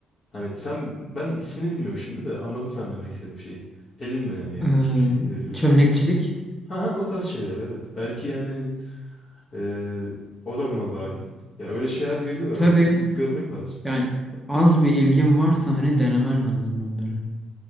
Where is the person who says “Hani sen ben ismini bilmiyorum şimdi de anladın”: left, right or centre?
Left